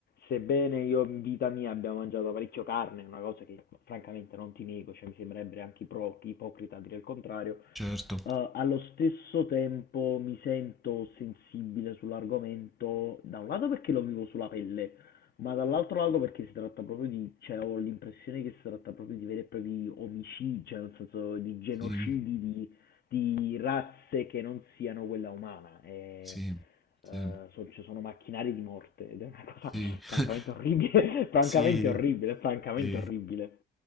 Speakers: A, on the left; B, in the centre.
A: sebbene io in vita mia abbia mangiato parecchio carne, una cosa che francamente non ti nego, cioè mi sembrerebbe anche ipro- ipocrita dire il contrario,
B: Certo,
A: Uhm, allo stesso tempo mi sento sensibile sull'argomento, da un lato perché lo vivo sulla pelle, ma dall'altro lato perché si tratta proprio di cioè ho l'impressione che si tratta proprio di veri e propri omicidi, cioè nel senso di genocidi
B: sì,
A: di di razze che non siano quella umana. E,
B: sì,
A: uhm,
B: sì,
A: so ci sono macchinari di morte ed è una cosa
B: sì,
A: <laughs>
B: <laughs>
A: francamente orribile, <laughs> francamente
B: sì,
A: orribile, francamente
B: sì.
A: orribile.